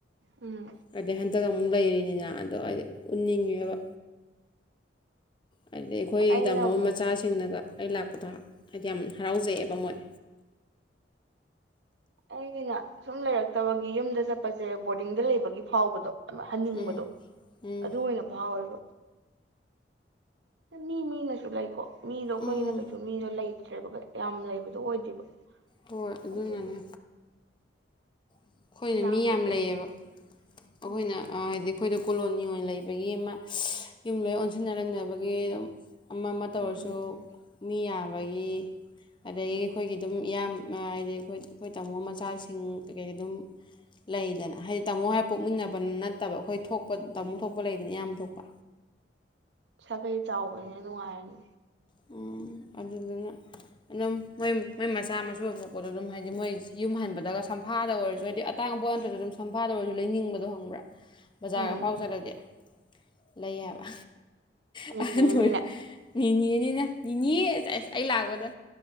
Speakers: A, on the right; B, on the left.
A: ꯎꯨꯝ
B: ꯍꯥꯏꯗꯤ ꯍꯟꯗꯛ ꯑꯃꯨꯛ ꯂꯩꯔꯤꯅꯤꯅ ꯑꯗꯣ ꯑꯩꯗꯤ ꯎꯠꯅꯤꯡꯉꯦꯕ ꯍꯥꯏꯗꯤ ꯑꯩꯈꯣꯏ
A: ꯑꯩꯅ
B: ꯇꯥꯃꯣ
A: ꯑꯃꯨꯛ
B: ꯃꯆꯥꯁꯤꯡꯅꯒ ꯑꯩ ꯂꯥꯛꯄꯗ ꯍꯥꯏꯗꯤ ꯌꯥꯝ ꯍꯔꯥꯎꯖ <unintelligible> ꯕ ꯃꯣꯏ
A: ꯑꯩꯒꯤꯅ ꯁꯨꯝ ꯂꯩꯔꯛꯇꯕꯒꯤ ꯌꯨꯝꯗ ꯆꯠꯄꯁꯦ ꯕꯣꯔꯗꯤꯡꯗ ꯂꯩꯕꯒꯤ ꯐꯥꯎꯕꯗꯣ ꯍꯟꯅꯤꯡꯕꯗꯣ
B: ꯎꯝ ꯎꯝ
A: ꯑꯗꯨ ꯑꯣꯏꯅ ꯐꯥꯎꯋꯦꯕ ꯃꯤ ꯃꯤꯅꯁꯨ ꯂꯩꯀꯣ ꯃꯤꯗꯣ ꯑꯩꯈꯣꯏꯒꯤꯅ
B: ꯎꯝ
A: ꯀꯩꯁꯨ ꯃꯤꯗꯣ ꯂꯩꯇꯦ ꯊꯦꯕ ꯌꯥꯝ ꯂꯩꯕꯗꯣ ꯑꯣꯏꯗꯦꯕ
B: ꯍꯣꯏ ꯑꯗꯨꯅꯅꯦ
A: ꯑꯗꯨꯒꯤ
B: ꯑꯩꯈꯣꯏꯅ
A: ꯂꯥꯡꯕ
B: ꯃꯤ ꯌꯥꯝ
A: ꯈꯣꯠꯄꯗꯣ
B: ꯂꯩꯌꯦꯕ ꯑꯩꯈꯣꯏꯅ
A: ꯎꯝ
B: ꯍꯥꯏꯗꯤ ꯑꯩꯈꯣꯏꯗꯤ ꯀꫭꯂꫭꯅꯤ ꯅꯤꯉꯣꯜ ꯂꯩꯕꯒꯤ ꯑꯃ ꯌꯨꯝ ꯂꯣꯏ ꯑꯣꯟꯁꯤꯟꯅ ꯂꯩꯅꯕꯒꯤ ꯑꯗꯨꯝ ꯑꯃ ꯑꯃ ꯇꯧꯔꯁꯨ
A: ꯎꯝ
B: ꯃꯤ ꯌꯥꯝ ꯕꯒꯤ ꯑꯗꯒꯤ ꯑꯩꯈꯣꯏꯒꯤ ꯑꯗꯨꯝ ꯏꯌꯥꯝ ꯍꯥꯏꯗꯤ ꯑꯩꯈꯣꯏ ꯑꯩꯈꯣꯏ ꯇꯥꯃꯣ ꯃꯆꯥꯁꯤꯡ ꯀꯩ ꯀꯩ ꯑꯗꯨꯝ ꯂꯩꯗꯅ ꯍꯥꯏ ꯇꯥꯃꯣ ꯍꯥꯏ ꯄꯣꯛꯃꯤꯟꯅꯕ
A: ꯎꯝ
B: ꯅꯠ ꯐꯠꯇꯕ ꯑꯩꯈꯣꯏ ꯊꯣꯛꯄ ꯇꯥꯃꯨ ꯊꯣꯛꯄ ꯂꯩꯗꯅ ꯏꯌꯥꯝ ꯊꯣꯛꯄ
A: ꯁꯥꯒꯩ ꯆꯥꯎꯕꯅꯤꯅ ꯅꯨꯡꯉꯥꯏꯔꯅꯤ
B: ꯎꯝ ꯑꯗꯨꯗꯨꯅ ꯑꯗꯨꯝ ꯃꯣꯏ ꯃꯣꯏ ꯃꯆꯥ ꯃꯁꯨꯕ ꯄꯣꯛꯄꯗꯣ ꯑꯗꯨꯝ ꯍꯥꯏꯗꯤ ꯃꯣꯏ ꯌꯨꯝ ꯍꯟꯕꯗꯒ ꯁꯝꯐꯥꯗ ꯑꯣꯏꯔꯁꯨ ꯍꯥꯏꯗꯤ ꯑꯇꯥꯡꯕ ꯄꯣꯠ ꯉꯇ꯭ꯔꯗ ꯑꯗꯨꯝ ꯁꯝꯐꯥꯗ ꯑꯣꯏꯔꯁꯨ ꯂꯩꯅꯤꯡꯕꯗꯣ ꯈꯪꯕ꯭ꯔꯥ ꯕꯖꯥꯔꯒꯐꯥꯎ
A: ꯎꯝ
B: ꯆꯠꯂꯗꯤ ꯂꯩ ꯍꯥꯏꯕ
A: ꯅꯦꯅꯦꯅꯤꯅ
B: <unintelligible> ꯅ ꯅꯤꯅꯦ ꯑꯁ ꯑꯩ ꯂꯥꯛꯄꯗ